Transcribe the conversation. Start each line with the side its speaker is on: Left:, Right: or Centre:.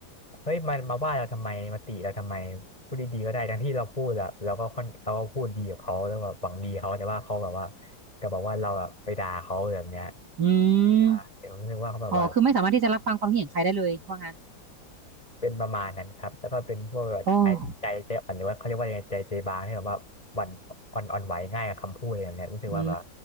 Left: เฮ้ยมันมาว่าเราทำไมมาติเราทำไมพูดดีๆก็ได้ทั้งที่เราพูดอะเราก็ค่อนเราก็พูดดีกับเขาแล้วแบบหวังดีเขาแต่ว่าเขาแบบว่าก็บอกว่าเราแบบไปด่าเขาแบบเนี้ย
Right: อื
Left: อ่าเดี๋ยวผมนึกว่าเขาแบบว่า
Right: มอ๋อคือไม่สามารถที่จะรับฟังความคิดเห็นใครได้เลยว่างั้น
Left: เป็นประมาณนั้นครับแล้วก็เป็นพวกแบบใจใจใจอ่อนหรือว่าเขาเรียกว่ายังไงใจใจบางที่แบบว่าหวั่นอ่อนอ่อนไหวง่ายกับคำพูดอะไรแบบเนี้ยรู้สึกว่าแบบ
Right: โอ้อื